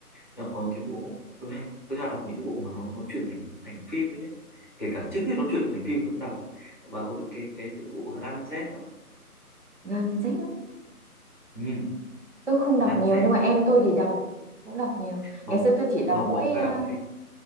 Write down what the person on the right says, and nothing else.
Gen Z á.
tôi không đọc
nhiều
nhưng mà em tôi thì đọc cũng đọc nhiều
ngày xưa tôi chỉ đọc
mỗi
ờ,